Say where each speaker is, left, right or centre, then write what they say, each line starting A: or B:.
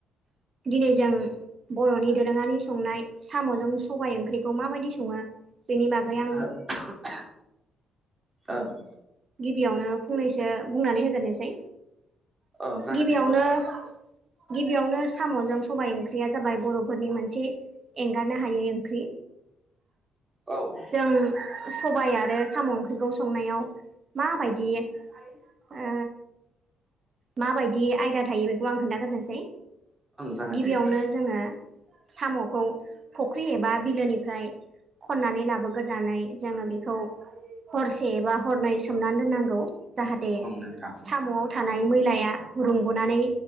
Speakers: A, on the right; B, on the right.
A: दिनै जों बर'नि दोरोङारि संनाय साम'जों सबाइ ओंख्रिखौ माबायदि सङो? बेनि बागै आं
B: <unintelligible> ओम
A: गिबियावनो फंनैसो बुंनानै होग्रनोसै
B: ओं जागोन
A: गिबियावनो
B: दे नोंथां
A: गिबियावनो साम'जों सबाय ओंख्रिया जाबाय बर'फोरनि मोनसे एंगारनो हायै ओंख्रि।
B: औ ओं
A: जों सबाय आरो साम' ओंख्रिखौ संनायाव माबायदि ओ माबायदि आयदा थायो बेखौ आं खोन्थाग्रोनोसै
B: जागोन
A: गिबियावनो
B: दे नोंथां
A: जोङो साम'खौ फख्रि एबा बिलोनिफ्राय खननानै लाबोग्रोनानै जोङो बेखौ हरसे एबा हरनै सो सोमनानै दोननांगौ जाहाथे
B: ओं नोंथां
A: साम' थानाय मैलाया रुंग'नानै